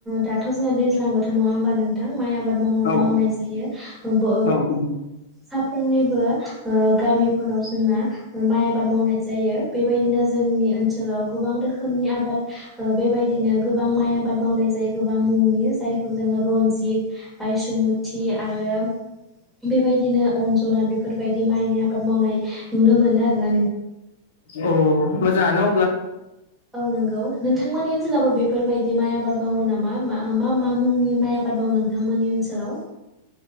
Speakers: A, in the centre; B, on the left.
A: दाथ जोंना दैज्लां बोथोर नङा होमबा नोंथां माइ आबाद माव
B: औ
A: मावनाय जायो बो
B: औ
A: साफ्रोमनिबो गामि गामिफोराव जोंना माय आबाद मावनाय जायो बेबायदिनो जोंनि ओनसो ओनसोलाव गोबां रोखोमनि आबाद बेबायदिनो गोबां माइ आबाद मावनाय जायो गोबां मुंनि जायखौ जोंङो रनजित बायसमुति आरो बेबायदिनो अनजना बेफोरबायदि माइनि आबाद मावनाय नुनो मोनो आरोना
B: औ मोजांआनो
A: औ औ नंगौ नोंथां मोननि जेब्लाबो बेफोरबायदि माइ आबाद मावो नामा मा मा मुंनि माइ आबाद आबाद मावो नोंथांमोननि ओनसोलाव